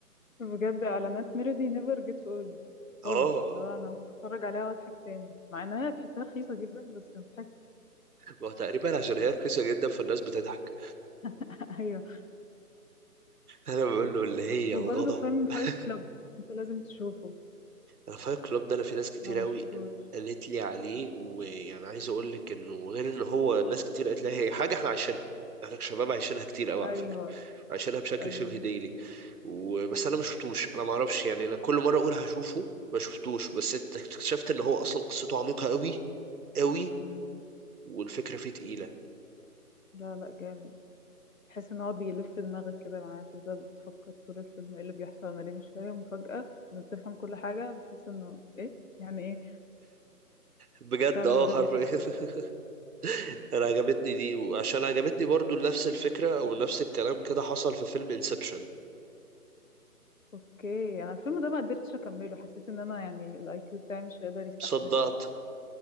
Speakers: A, on the left; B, on the right.
A: بجد اعلانات ميلودي نيفر جيتس اولد
B: اه
A: خالص
B: آه. آه.
A: لو انا ممكن اتفرج عليها واضحك تاني مع انها تحسها رخيصة جدا بس بتضحك
B: ما هو تقريبا عشان هي رخيصة جدا فالناس بتضحك
A: <laughs> ايوه
B: أنا بقول له اللي هي
A: وبرضه
B: الغضب
A: فيلم فايت
B: <laughs>
A: كلاب انت لازم تشوفه
B: انا فايت كلوب ده انا في ناس كتير
A: لو ما
B: قوي
A: شفتوش
B: قالت لي عليه ويعني عايز اقول لك انه غير ان هو ناس كتير قالت لي هي حاجه احنا عايشينها احنا كشباب عايشينها كتير قوي
A: ايوه
B: على فكره عايشينها بشكل
A: ايوه
B: شبه ديلي وبس انا ما شفتوش انا ما اعرفش يعني انا كل مره اقول هشوفه ما شفتوش بس ات- اكتشفت ان هو اصلا قصته عميقه قوي قوي
A: مم.
B: والفكره فيه تقيله
A: لا لا جامد تحس ان هو بيلف دماغك كده معاه تفضل تفكر طول الفيلم ايه اللي بيحصل انا ليه مش فاهم وفجأة لما بتفهم كل حاجة بتحس انه ايه يعني ايه
B: بجد
A: فانا
B: اه
A: بحب
B: حرفيا
A: كده قوي
B: <laughs> انا عجبتني دي وعشان عجبتني برضو نفس الفكره او نفس الكلام كده حصل في فيلم انسبشن
A: اوكي انا الفيلم ده ما قدرتش اكمله حسيت ان انا يعني الاي كيو بتاعي مش هيقدر يستحمل
B: صدعت